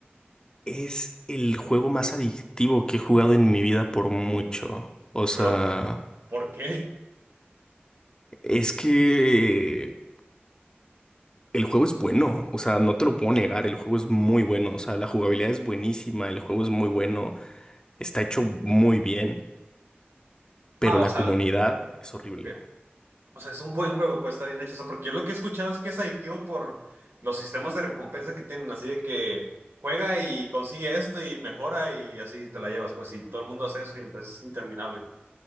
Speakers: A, on the left; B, on the right.
A: Es el juego más adictivo que he jugado en mi vida por mucho. O sea,
B: Pero, ¿por qué?
A: es que el juego es bueno. O sea, no te lo puedo negar. El juego es muy bueno. O sea, la jugabilidad es buenísima. El juego es muy bueno. Está hecho muy bien. Pero
B: Ah,
A: la
B: o sea,
A: comunidad es horrible.
B: ok. O sea, es un buen juego, pues está bien hecho. O sea, porque yo lo que he escuchado es que es adictivo por los sistemas de recompensa que tienen, así de que juega y consigue esto y mejora y así te la llevas, pues, y todo el mundo hace eso y entonces es interminable.